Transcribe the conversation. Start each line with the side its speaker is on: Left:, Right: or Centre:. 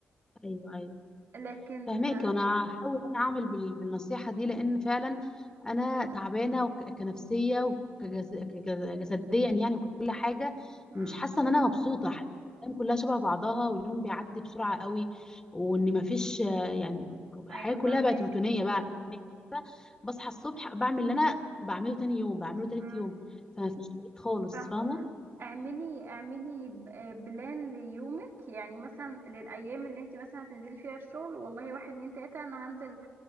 Left: ايوه ايوه
Right: لكن
Left: فهماك وانا هحاول ان انا اعمل بال- بالنصيحه دي لان فعلا انا تعبانه وك- كنفسيه وكجسديا يعني وكل حاجه
Right: مم.
Left: مش حاسه ان انا مبسوطه حاسه إن الايام كلها شبه بعضها واليوم بيعدي بسرعه قوي وان مفيش آه، يعني الحياه
Right: ايوه
Left: كلها
Right: فاهمك
Left: بقت روتينيه بقى روتينيه حتى بصحى الصبح بعمل اللي انا بعمله تاني يوم بعمله تالت
Right: مم.
Left: يوم فمفيش تغيير خالص
Right: صح
Left: فاهمه
Right: اعملي اعملي ب- بلان ليومك يعني مثلا للايام اللي انت مثلا هتنزلي فيها الشغل والله واحد اتنين تلاته انا هنزل